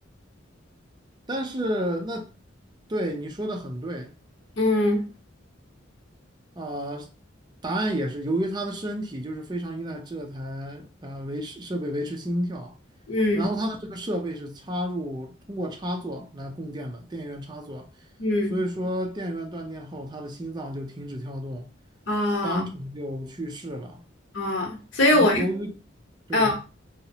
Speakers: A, on the right; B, on the left.
A: 但是那对你说的很对
B: 嗯
A: 啊、呃答案也是由于他的身体就是非常依赖这台呃维持设备维持心跳，
B: 嗯
A: 然后他的这个设备是插入通过插座来供电的电源插座，
B: 嗯，
A: 所以说电源断电后，他的心脏就停止跳动，
B: 哦
A: 当场就去世了。
B: 哦，所以我是，
A: 然后由于对。
B: 嗯、